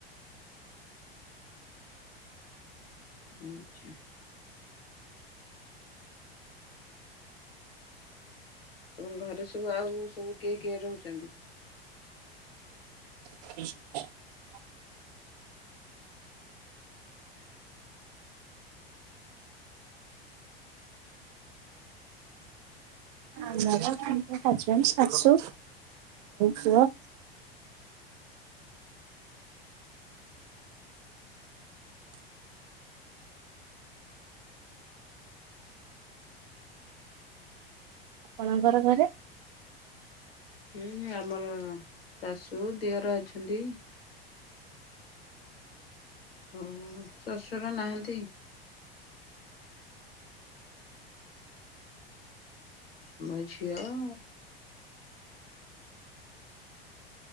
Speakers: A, on the left; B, on the right.
A: ଆଚ୍ଛା। ତମ ଘରେ ସବୁ ଆଉ ସବୁ କିଏ କିଏ ରହୁଛନ୍ତି।
B: ହ ହସବ୍ୟାଟ ଶାଶୁ ପୁଅ ଆପଣଙ୍କର ଘରେ?
A: ହୁଁ ଆମର ଶାଶୁ ଦିଅର ଅଛନ୍ତି। ଓ ଶ୍ୱଶୁର ନାହାନ୍ତି। ମ ଝିଅ ଆଉ।